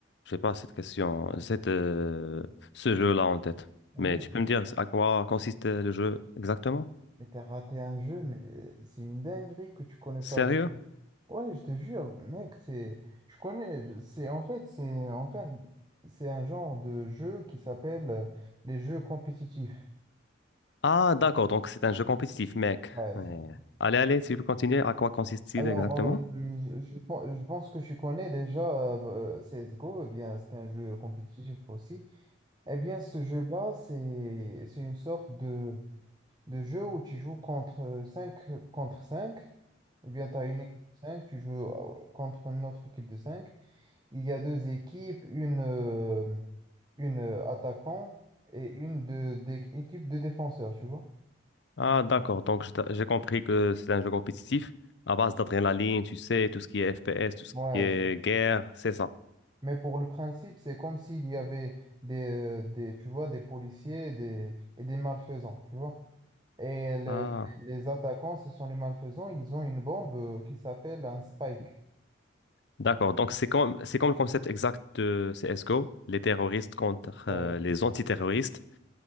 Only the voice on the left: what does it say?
j'ai pas cette question, cette, euh, ce jeu-là en tête.
Mais tu peux
me dire à quoi consiste le jeu exactement?
Sérieux?
Ah, d'accord, donc c'est un jeu compétitif, mec.
Ouais.
Allez, allez, tu peux continuer. À quoi consiste-t-il
exactement?
Ah, d'accord. Donc, je j'ai compris que c'est un jeu compétitif à base d'adrénaline, tu sais, tout ce qui est FPS, tout ce
qui est
guerre, c'est ça.
Ah,
d'accord. Donc, c'est comme, c'est comme le concept exact de CSGO, les terroristes contre
euh, les antiterroristes.